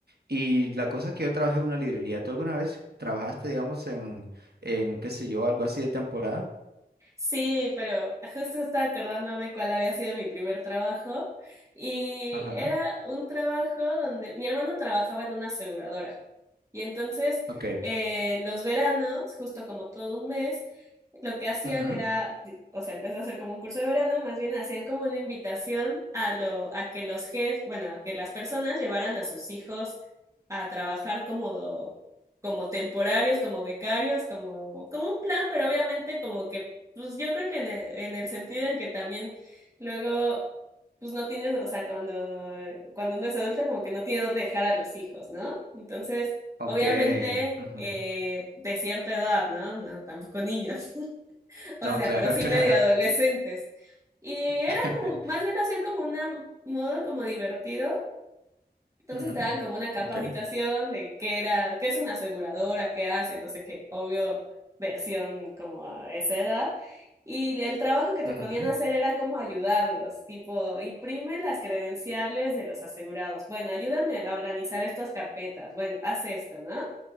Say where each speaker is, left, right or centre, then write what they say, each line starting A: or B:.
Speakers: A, on the right; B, on the right.
A: Y la cosa es que yo trabajé en una librería. ¿Tú alguna vez trabajaste, digamos, en, en qué sé yo, algo así de temporada?
B: Sí, pero justo estaba acordándome cuál había sido mi primer trabajo y
A: Ajá,
B: era un trabajo donde mi hermano trabajaba en una aseguradora. Y entonces,
A: ok.
B: eh, en los veranos, justo como todo un mes, lo que hacían
A: Ujú,
B: era, di- o sea, en vez de hacer como un curso de verano, más bien hacían como una invitación a lo, a que los jefes, bueno, a que las personas llevaran a sus hijos a trabajar como, como temporarios, como becarios, como, como un plan, pero obviamente como que, pues yo creo que en el, en el sentido en que también luego, pues no tienes, o sea, cuando, cuando uno es adulto como que no tiene dónde dejar a los hijos, ¿no? Entonces,
A: Ok,
B: Obviamente
A: ujú.
B: eh, de cierta edad, ¿no? No, tampoco niños, <laughs> o
A: No,
B: sea,
A: claro,
B: pero sí
A: claro.
B: medio adolescentes. Y era
A: <laughs>
B: como, más bien lo hacían como un modo como divertido. Entonces
A: Ujú,
B: te daban como una capacitación
A: Ok,
B: de qué era, qué es una aseguradora, qué hace, no sé qué, obvio, versión como a esa edad. Y el trabajo que te
A: ujú,
B: ponían a hacer era como ayudarlos, tipo, imprime las credenciales de los asegurados. Bueno, ayúdame a organizar estas carpetas. Bueno, haz esto, ¿no?